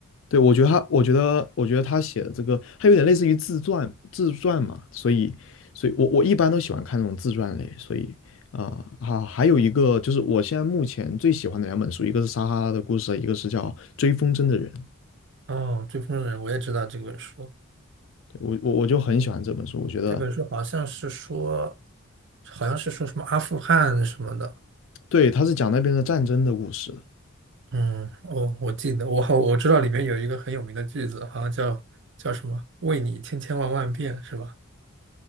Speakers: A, on the left (about 60°); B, on the right (about 55°).
A: 对，我觉得他，我觉得，我觉得他写的这个，他有点类似于自传，自传嘛，所以，所以我我一般都喜欢看那种自传类，所以啊啊，还有一个就是我现在目前最喜欢的两本书，一个是《撒哈拉的故事》，一个是叫《追风筝的人》。
B: 哦，《追风筝的人》，我也知道这本书。
A: 对我我我就很喜欢这本书，我觉得
B: 这本书好像是说，好像是说什么阿富汗什么的。
A: 对，他是讲那边的战争的故事。
B: 嗯，哦，我记得，我好，我知道里面有一个很有名的句子，好像叫叫什么“为你千千万万遍”，是吧？